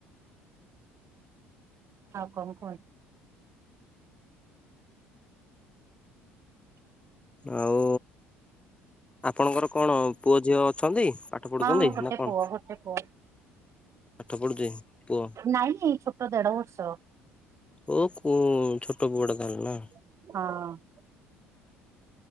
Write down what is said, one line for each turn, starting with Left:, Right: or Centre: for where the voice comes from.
Right: ଆଉ କଣ କୁହନ୍ତୁ।
Left: ଆଉ ଆପଣଙ୍କର କଣ ପୁଅ ଝିଅ ଅଛନ୍ତି? ପଢୁଛନ୍ତି
Right: ହଁ ଗୋଟେ
Left: ନା କଣ?
Right: ପୁଅ ଗୋଟେ ପୁଅ।
Left: ପାଠ ପଢୁଛି? ପୁଅ
Right: ନାଇଁ ଛୋଟ ଦେଢ ବର୍ଷ।
Left: ଊଂକୁଁ ଛୋଟ ପୁଅଟେ ତାହେଲେ ନା।
Right: ହଁ।